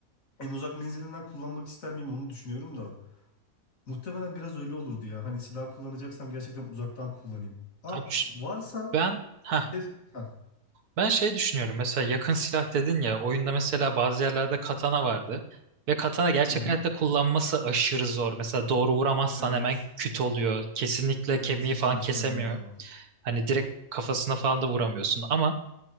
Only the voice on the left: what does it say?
en uzak menzilinden kullanmak ister miyim onu düşünüyorum da muhtemelen biraz öyle olurdu ya. Hani silah kullanacaksam gerçekten uzaktan kullanayım. Ha,
varsa
kes... Hah,
hı hı.
Evet.
Evet hiçbir
işe yaramıyor.